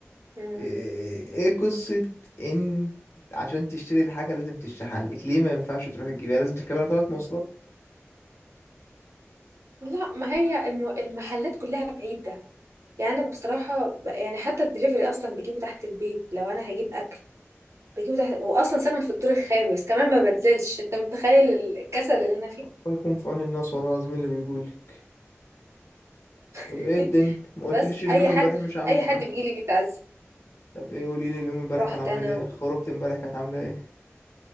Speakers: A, on the right; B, on the left.
A: مم.
B: ايه إيه قصه ان عشان تشتري الحاجه لازم تشحن لك ليه ما ينفعش تروح تجيبها لازم تركبها ثلاث مواصلات
A: لا ما هي الم... المحلات كلها بعيدة يعني انا بصراحة ب... يعني حتى الدليفري اصلا بجيبه تحت البيت لو انا هجيب اكل بجيبه تحت واصلا ساكنة في الدور الخامس كمان ما بنزلش انت متخيل الكسل اللي انا فيه
B: الله يكون في عون الناس والله العظيم اللي بيقولك طب
A: <laughs>
B: ايه الدنيا ما قلتليش
A: بس
B: اليوم
A: اي
B: امبارح
A: حد
B: مش عامل
A: اي
B: إز
A: حد
B: معاك
A: بيجي لي بيتعزم
B: طب ايه قولي لي اليوم امبارح
A: رحت
B: كان عامل
A: انا
B: ايه خرجت امبارح كانت عامله ايه